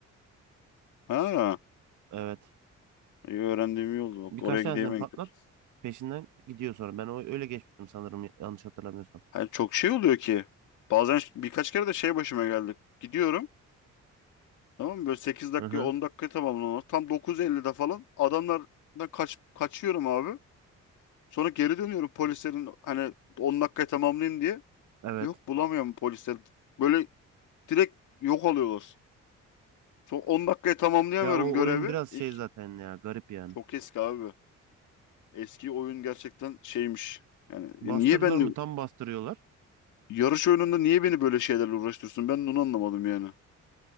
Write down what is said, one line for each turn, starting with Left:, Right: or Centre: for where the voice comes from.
Left: Ha,
Right: Evet.
Left: iyi öğrendiğim iyi oldu. Bak
Right: Birkaç
Left: oraya
Right: tanesini
Left: gideyim en
Right: patlat.
Left: kötü.
Right: Peşinden gidiyor sonra. Ben o öyle geçmiştim sanırım yanlış hatırlamıyorsam.
Left: Yani çok şey oluyor ki. Bazen ş- birkaç kere de şey başıma geldi. Gidiyorum. Tamam mı? Böyle sekiz dakikayı
Right: Hı hı.
Left: 10 dakikayı tamamlamam. Tam 9.50'de falan adamlardan kaç, kaçıyorum abi. Sonra geri dönüyorum polislerin hani 10 dakikayı tamamlayayım diye.
Right: Evet.
Left: Yok bulamıyorum polisler. Böyle direkt yok alıyorlar. Son 10 dakikaya tamamlayamıyorum
Right: Ya o
Left: görevi.
Right: oyun biraz
Left: İlk
Right: şey zaten ya garip yani.
Left: çok eski abi. Eski oyun gerçekten şeymiş. Yani
Right: Bastırdılar
Left: niye ben
Right: mı tam bastırıyorlar.
Left: yarış oyununda niye beni böyle şeylerle uğraştırsın? Ben onu anlamadım yani.